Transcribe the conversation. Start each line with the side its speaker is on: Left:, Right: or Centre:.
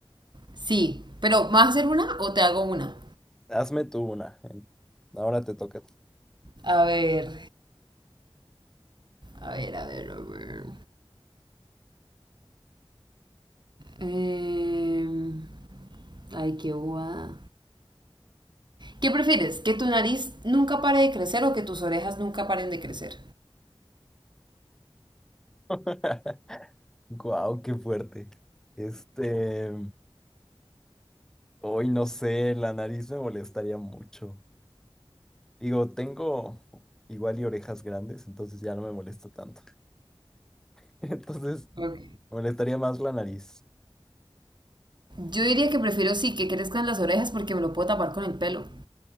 Right: Sí, pero ¿me vas a hacer una o te hago una?
Centre: Hazme tú una. Ahora te toca.
Right: A ver, a ver, a ver, a ver. Em, ay, qué guada. ¿Qué prefieres? ¿Que tu nariz nunca pare de crecer o que tus orejas nunca paren de crecer?
Centre: <laughs> Guau, qué fuerte. Este. Hoy no sé, la nariz me molestaría mucho. Digo, tengo igual y orejas grandes, entonces ya no me molesta tanto. <laughs> Entonces,
Right: Ok.
Centre: me molestaría más la nariz.
Right: Yo diría que prefiero sí que crezcan las orejas porque me lo puedo tapar con el pelo.